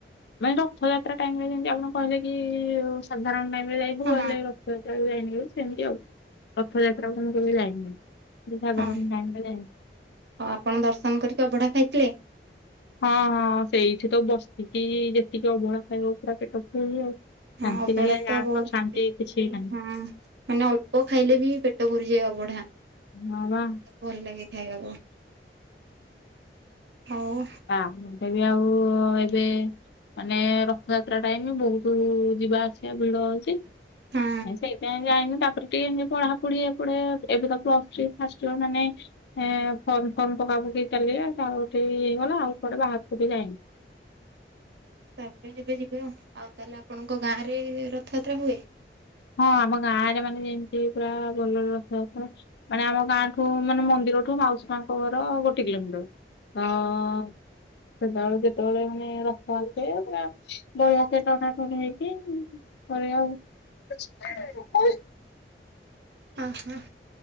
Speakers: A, on the left (about 70°); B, on the right (about 75°).
A: ମାନେ ରଥଯାତ୍ରା ଟାଇମ ରେ ଯେମିତି ଆପଣ କହିଲେ କି ସାଧାରଣ ଟାଇମ ରେ ଯାଇବୁ
B: ହଁ।
A: ହେଲେ ର ରଥଯାତ୍ରା କୁ ଯାଇନି କେବେ ସେମିତି ଆଉ ରଥଯାତ୍ରା କୁ ମୁଁ କେବେ ଯାଇନି। ଏ ସାଧାରଣ
B: ହଁ
A: ଟାଇମ୍ ରେ ଯାଏ।
B: ଆଉ ଆପଣ ଦର୍ଶନ କରିକି ଅଭଢା ଖାଇଥିଲେ?
A: ହଁ ହଁ ସେଇଠି ତ ବସିକି ଯେତିକି ଅବଢା ଖାଇବ ପୁରା ପେଟ ଫୁଲ ଆଉ।
B: ହଁ
A: ଶାନ୍ତି
B: ଅବଢା
A: ଲାଗିଲା ୟାଠୁ
B: ତ ବହୁତ
A: ଆଉ ଶାନ୍ତି
B: ଟେଶ୍
A: କିଛି ନାହିଁ
B: ହଁ ମାନେ ଅଳ୍ପ ଖାଇଲେ ବି ପେଟ ପୁରିଯାଏ ଅବଢା।
A: ହଁ ବା
B: ଭଲ ଲାଗେ ଖାଇବାକୁ ହଉ
A: ଆମେ ବି ଆଉ ଏବେ ମାନେ ରଥଯାତ୍ରା ଟାଇମ ବହୁତ ଯିବା ଆସିବା ଭିଡ ହଉଛି।
B: ହଁ
A: ସେଇ ଟାଇମ୍ ରେ ଯାଇନି ତାପରେ କେନ୍ନ୍ତି ପଢା ପଢି ଏପେଟେ ଏବେ ତ ପ୍ଲସ ଥ୍ରି ଫାଷ୍ଟ ଇଅର ମାନେ ହେଁ ଫର୍ମ ଫର୍ମ ପକା ପକେଇ ଚାଲିବ ଆଉ ଠିକି ହେଇଗଲା ଆଉ କୁଆଡେ ବାହାରକୁ ବି ଯାଇନି।
B: ତାପରେ ଯବେ ଯିବେ ଆଉ ଆଉ ତାହେଲେ ଆପଣଙ୍କ ଗାଁ ରେ ରଥଯାତ୍ରା ହୁଏ?
A: ହଁ ଆମ ଗାଁ ରେ ମାନେ ଯେମତି ପୁରା ଭଲ ରେ ରଥଯାତ୍ରା ମାନେ ଆମ ଗାଁ ଠୁ ମାନେ ମନ୍ଦିରଠୁ ମାଉସୀ ମା ଙ୍କ ଘର ଗୋଟେ କିଲୋମିଟର। ହଁ। ସେତେବେଳେ ଯେତେବେଳେ ମାନେ ରଥ ଆସେ ବଢିଆକି ଟଣା ଟଣି ହେଇକି ପରେ ଆଉ <unintelligible>
B: ହଁ ହଁ।